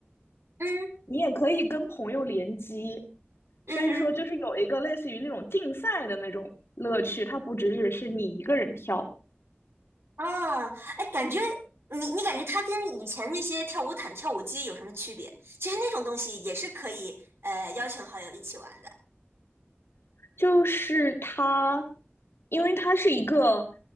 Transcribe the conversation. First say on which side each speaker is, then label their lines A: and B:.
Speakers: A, on the right; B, on the left.
A: 嗯
B: 你也可以跟朋友联机，
A: 嗯哼，
B: 所以说就是有一个类似于那种竞赛的那种乐趣，它不只只是你一个人跳。
A: 啊，哎，感觉你你感觉它跟以前那些跳舞毯、跳舞机有什么区别？其实那种东西也是可以呃邀请好友一起玩的。
B: 就是它，因为它是一个